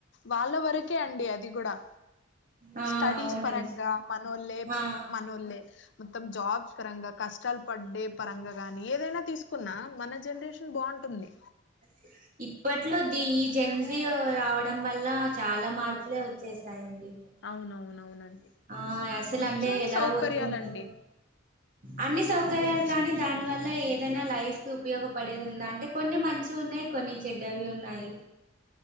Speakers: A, on the left; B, on the right.
A: వాళ్ళ వరకే అండి అది గూడా.
B: ఆ
A: స్టడీస్
B: అవునండి
A: పరంగా మనోల్లె,
B: ఆ
A: మనోల్లె మొత్తం జాబ్స్ పరంగా కష్టాలు‌ పడ్డే పరంగా గాని ఏదైనా తీసుకున్నా మన జన్‌రేషన్ బాగుంటుంది.
B: <inaudible> ఇప్పట్లో ది ఈ జన్సీయో రావడం వల్ల చాలా మార్పులే వచ్చేసాయండి.
A: అవునవునవునండి.
B: ఆ య అస్సలు
A: కూర్చొని
B: అంటే ఎలా
A: సౌకర్యాలండి
B: పోతుందో. అన్ని సౌకర్యాలు
A: కూర్చొని
B: కానీ దానివల్ల ఏదైనా లైఫ్ ఉపయోగపడేది ఉందా అంటే కొన్ని మంచివి ఉన్నాయి, కొన్ని చెడ్డవి ఉన్నాయి.